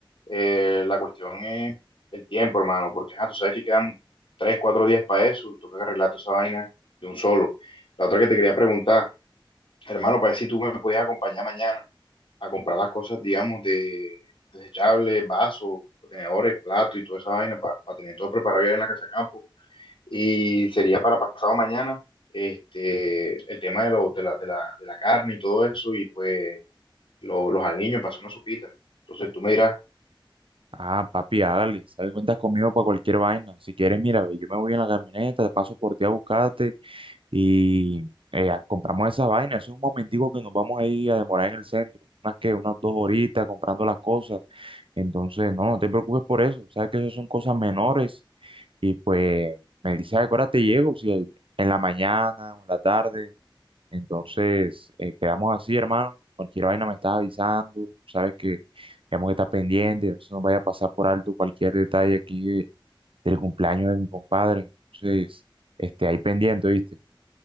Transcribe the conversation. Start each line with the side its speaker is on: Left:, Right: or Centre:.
Left: Eh, la cuestión es el tiempo, hermano, porque ajá, tú sabes que quedan tres, cuatro días para eso, y toca arreglar toda esa vaina de un solo. La otra que te quería preguntar, hermano, para ver si tú me podías acompañar mañana a comprar las cosas, digamos, de desechables, vasos, contenedores, platos y toda esa vaina para, para tener todo preparado ya en la casa de campo. Y sería para pasado mañana este, el tema de, lo, de, la, de, la, de la carne y todo eso, y pues lo- los aliños, pasó una sopita. Entonces tú me dirás.
Right: Ah, papi, hágale, sabes, cuentas conmigo para cualquier vaina. Si quieres, mira, ve, yo me voy en la camioneta, te paso por ti a buscarte y eh, a- compramos esa vaina. Eso es un momentico que nos vamos a ir a demorar en el centro. Unas que unas dos horitas comprando las cosas. Entonces, no, no te preocupes por eso. Sabes que eso son cosas menores. Y pues me dice, ¿a qué hora te llego? Si hay- en la mañana o en la tarde. Entonces, eh, quedamos así, hermano. Cualquier vaina me estás avisando. Sabes que tenemos que estar pendientes. No se nos vaya a pasar por alto cualquier detalle aquí de- del cumpleaños de mi compadre. Entonces, este, ahí pendiente, ¿viste?